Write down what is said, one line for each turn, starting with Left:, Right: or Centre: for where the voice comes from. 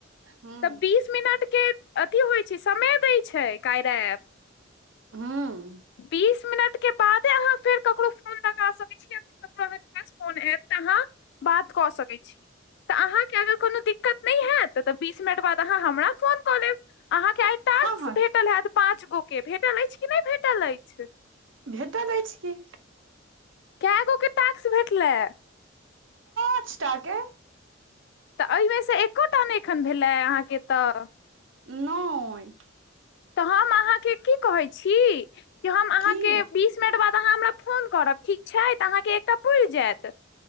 Right: हूँ
Left: तऽ बीस मिनट के अथी होइ छै समय दै छै कायरा ऐप।
Right: हँ।
Left: बीस मिनटके बादे अहाँ फेर ककरो फोन लगा सकय छी। ककरो अहाँके पास फोन आयत तऽ अहाँ बात कऽ सकैत छी। तऽ अहाँके अगर कोनो दिक्कत नहि हेत तऽ बीस मिनट बाद अहाँ हमरा फोन क लेब अहाँ के आई टास्क
Right: हँ हँ
Left: भेटल हयत पाँच गो। कि भेटल अछि कि नहि भेटल अछि?
Right: भेटल अछि की।
Left: कए गो के टास्क भेटलै?
Right: पाँचटा के।
Left: तऽ एहिमेसँ एकोटा नहि एखन भेलै अहाँके तऽ।
Right: नय।
Left: तऽ हम अहाँके की कहै छी जे हम अहाँके
Right: की
Left: बीस मिनट बाद अहाँ हमरा फोन करब ठीक छैय तऽ अहाँकेँ एकटा पुड़ि जायत।